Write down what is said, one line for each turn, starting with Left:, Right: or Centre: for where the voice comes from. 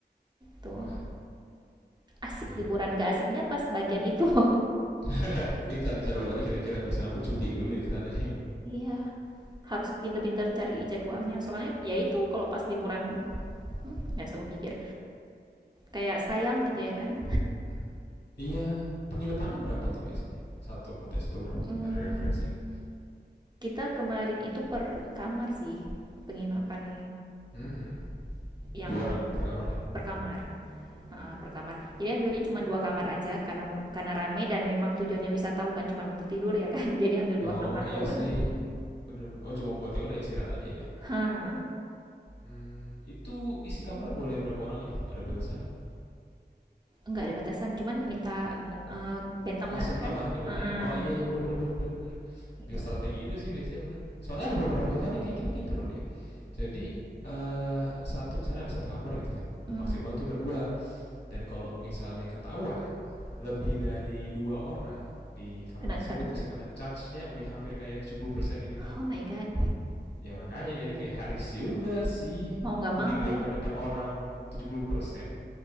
Right: Tuh.
Left: Wah,
Right: Asik
Left: ya ya.
Right: liburan gak asiknya pas bagian itu. <laughs>
Left: <laughs> Ini cari jadwal aja <laughs> kira-kira bisa ambil cuti dulu ya ke sana.
Right: Iya, harus pinter-pinter cari jadwalnya. Soalnya ya itu kalau pas liburan hmm, nggak sanggup pikir. Kayak sayang gitu ya kan.
Left: <laughs> Iya, penginapannya berapa tuh biasanya? Satu cottage itu berapa tau
Right: Hmm,
Left: nggak ada referensi? nggak?
Right: kita kemarin itu per kamar sih penginapan
Left: Hmm,
Right: yang
Left: dua orang per kamar ya.
Right: per kamar Ah, per kamar jadi ambilnya cuma dua kamar aja karena mau karena rame dan memang tujuannya wisata bukan cuma untuk tidur ya kan <laughs> jadi ambil dua
Left: Oh
Right: kamar
Left: iya
Right: doang
Left: sih, bener-bener. Oh cuma buat ya udah istirahat aja ya.
Right: <laughs> Hah,
Left: Hmm, itu isi kamar boleh berapa orang aja? Ada batasannya nggak?
Right: nggak ada batasan cuman minta
Left: Oh,
Right: eh, bed tambahan
Left: kasur
Right: kan
Left: tambahan ya berarti
Right: Heeh,
Left: ya? Oh iya iya bener bener bener bener bener.
Right: gitu
Left: Bisa strategi itu sih biasanya bener. Soalnya ada beberapa hotel yang kayak gini pinter loh dia. Jadi eh satu misalnya ada satu kamar gitu kan,
Right: Hmm,
Left: maksimal tuh berdua. Dan kalau misalnya ketahuan lebih dari dua orang di kamar
Right: kena
Left: tersebut
Right: charge
Left: bisa kena charge-nya hampir kayak 70% ya gitu loh.
Right: oh my god
Left: Ya makanya jadi kayak Haris juga sih
Right: mau nggak
Left: mending
Right: mau
Left: daripada
Right: ya
Left: per orang tujuh puluh persen